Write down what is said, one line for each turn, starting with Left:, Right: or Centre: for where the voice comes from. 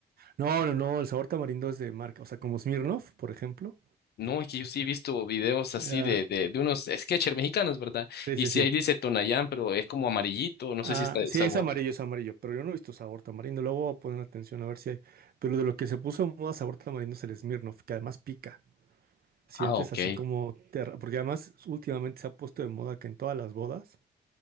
Right: No, no, no, el sabor tamarindo es de marca, o sea, como Smirnoff, por ejemplo.
Left: No, es que yo sí he visto videos
Right: Ah,
Left: así de, de, de unos sketchers mexicanos, ¿verdad?
Right: sí,
Left: Y
Right: sí,
Left: sí
Right: sí.
Left: ahí dice Tonayán, pero es como amarillito, no sé
Right: Ah,
Left: si está de
Right: sí,
Left: sabor.
Right: es amarillo, es amarillo, pero yo no he visto sabor tamarindo. Luego voy a poner atención a ver si hay. Pero de lo que se puso en moda sabor tamarindo es el Smirnoff, que además pica. Sientes
Left: Ah, ok.
Right: así como te arra- porque además últimamente se ha puesto de moda que en todas las bodas,